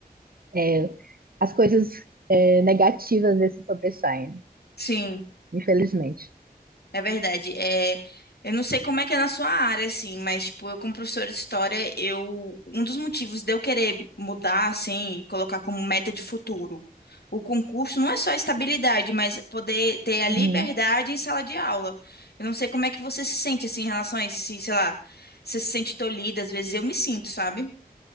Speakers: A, on the right (about 65°); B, on the left (about 90°).
A: é, as coisas é, negativas às vezes se sobressaem,
B: Sim.
A: infelizmente.
B: É verdade. É, eu não sei como é que é na sua área, assim, mas, tipo, eu como professora de história, eu, um dos motivos de eu querer mudar, assim, e colocar como meta de futuro o concurso não é só a estabilidade, mas poder ter a liberdade
A: Uhum.
B: em sala de aula. Eu não sei como é que você se sente, assim, em relação a isso, se, sei lá, você se sente tolhida, às vezes eu me sinto, sabe?